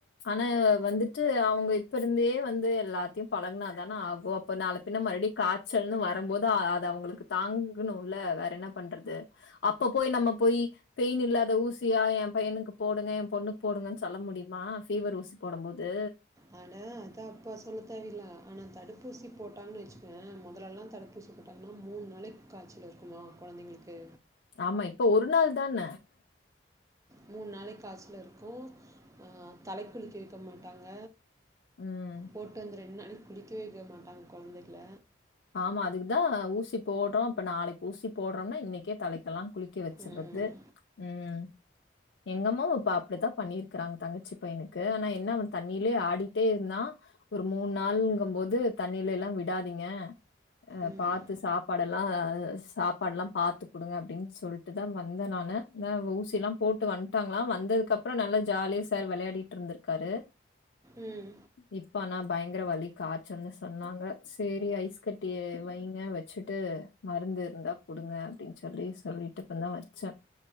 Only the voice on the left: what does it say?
ஆனா வந்துட்டு அவங்கத் இப்ப இருந்தே வந்து எல்லாத்தையு பழகுனா தான ஆகு அப்போ நாள பின்ன மறுடி காய்ச்சல்னு வரபோது அது அவங்களுக்கு தாங்கணுல வேற என்ன பண்றது அப்ப போய் நம்ம போய் பெயின் இல்லாத ஊசி தியா என் பையனுக்கு போடுங்க என் பொண்ணுக்கு போடுங்கன்னு சொல்ல முடியுமா ஃபீவர் ஊசி போடும் போது
ஆமா இப்ப ஒரு நாள் தான
ம்.
ஆமா அதுக்குதா ஊசி போடுறோ இப்ப நாளைக்கு ஊசி போடுறோம்னா இன்னக்கே தலைக்கெலா குளிக்க வச்சிறது
ம் எங்கம்மாவு இப்ப பாப் அப்டித்தா பண்ணிருக்றாங்க தங்கச்சி பையனுக்கு ஆனா என்ன அவ தண்ணிலே ஆடிட்டே இருந்னா ஒரு மூன் நாள்ங்க போது தண்ணிலலா விடாதீங்க அ
பாத்து சாப் பாடெல்லா சாப்பாடுலா பாத்து குடுங்க அப்டின் சொல்ட்டு தா வந்த நானு நா அவுங்க ஊசிலா போட்டு வந்ட்டாங்ளா வந்ததுக்கப்றோ நல்லா ஜாலியா சர் வெழையாடிட்ருந்துக்காரு
இப்ப ஆனா பயங்கர வலி காய்ல்ன்னு சொன்னாங்க சேரி ஐஸ் கட் டி வைங்க வச்சுட்டு மருந்து இருந்தா குடுங்க அப்படின் சொல்லி சொல்லிட்டு இப்ப தான் வச்சேன்